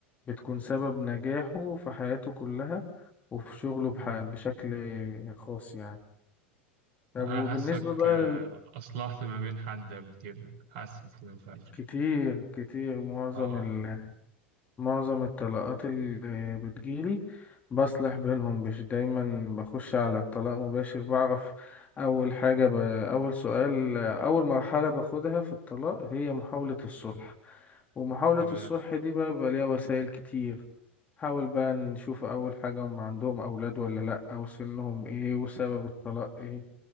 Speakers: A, on the left; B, on the right.
A: بتكون سبب نجاحه في حياته كلها وفي شغله بح-
B: أمم
A: بشكل خاص يعني طب
B: أنا
A: وبالنسبة
B: حاسك
A: بقى
B: آه،
A: لل-
B: أصلحت ما بين حد قبل كده حاسك كده فعلا
A: كتير كتير معظم
B: أه
A: ال... معظم الطلاقات اللي بتجيلي بصلح بينهم مش دايما بخش على الطلاق مباشر بعرف أول حاجة ب... أول سؤال أول مرحلة باخدها في الطلاق هي محاولة الصلح ومحاولة
B: تمام
A: الصلح دي بقى بقى ليها وسائل كتير حاول بقى نشوف أول حاجة هم عندهم أولاد ولا لأ أو سنهم إيه وسبب الطلاق إيه